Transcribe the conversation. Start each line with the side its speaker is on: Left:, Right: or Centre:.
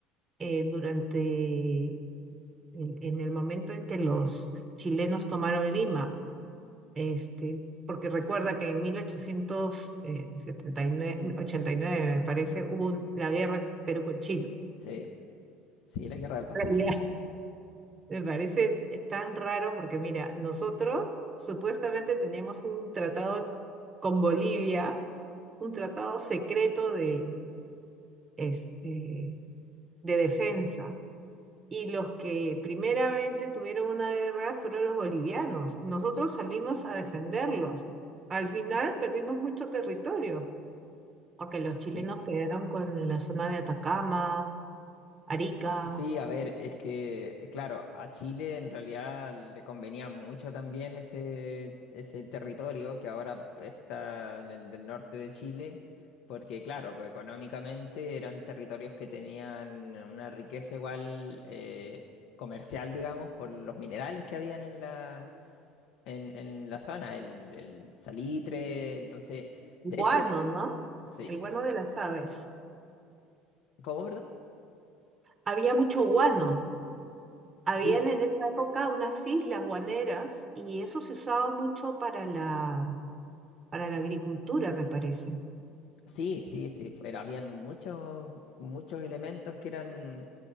Right: eh, durante, el- en el momento en que los chilenos tomaron Lima este, porque recuerda que en mil ochocientos setenta y nueve ochenta y nueve me parece, hubo un- la guerra Perú con Chile.
Left: Sí, sí, la guerra del Pacífico.
Right: realidad. Me parece tan raro porque, mira, nosotros supuestamente teníamos un tratado con Bolivia, un tratado secreto de, este, de defensa. Y los que primeramente tuvieron una guerra fueron los bolivianos. Nosotros salimos a defenderlos. Al final perdimos mucho territorio. porque los
Left: Sí.
Right: chilenos quedaron con la zona de Atacama, Arica,
Left: Sí, a ver, es que, claro, a Chile en realidad le convenía mucho también ese, ese territorio que ahora está en el del norte de Chile, porque, claro, que económicamente eran territorios que tenían una riqueza igual eh, comercial, digamos, por los minerales que habían en la, en, en la zona, el, el salitre, entonces,
Right: guano,
Left: de hecho,
Right: ¿no?
Left: sí,
Right: El guano
Left: es-
Right: de las aves.
Left: ¿cómo, verdad?
Right: Había mucho guano. Habían
Left: Sí.
Right: en esa época unas islas guaneras y eso se usaba mucho para la, para la agricultura, me parece.
Left: Sí, sí, sí, fu- era- habían muchos, muchos elementos que eran,